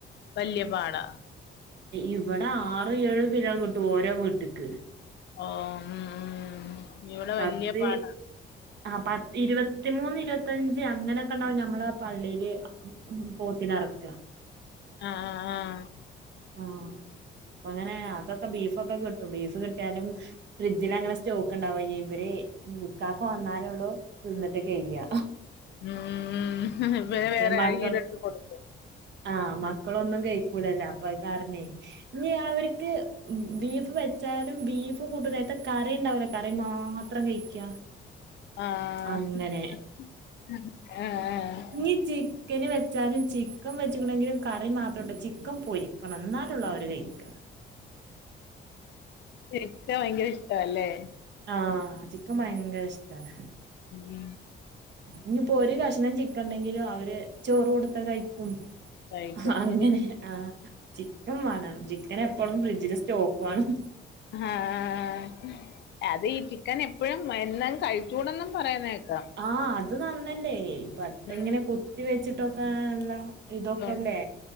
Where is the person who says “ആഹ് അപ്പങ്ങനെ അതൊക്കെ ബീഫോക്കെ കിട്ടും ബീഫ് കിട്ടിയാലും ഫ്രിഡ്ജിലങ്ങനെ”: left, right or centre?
Right